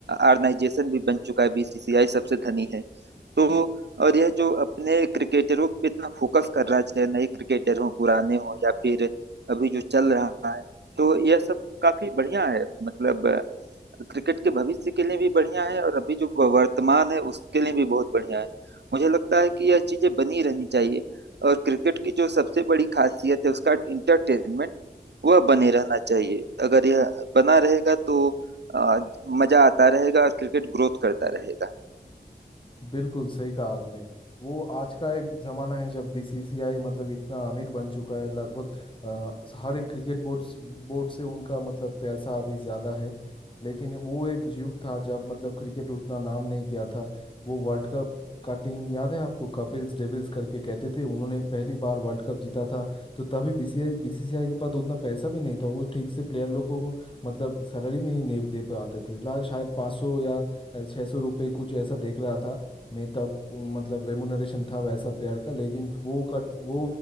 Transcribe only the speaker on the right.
ऑर्गेनाइजेशन भी बन चुका है बीसीसीआई सबसे धनी है तो और यह जो अपने क्रिकेटरों पे इतना फोकस कर रहा है चाहे नए क्रिकेटर हो पुराने हो या फिर अभी जो चल रहा है तो यह सब काफी बढ़िया है मतलब अ, क्रिकेट के भविष्य के लिए भी बढ़िया है और अभी जो व- वर्तमान है उसके लिए भी बहुत बढ़िया है मुझे लगता है कि यह चीजें बनी रहनी चाहिए और क्रिकेट की जो सबसे बड़ी खासियत है उसका इंटरटेनमेंट वह बने रहना चाहिए अगर यह बना रहेगा तो अ, मजा आता रहेगा और क्रिकेट ग्रोथ करता रहेगा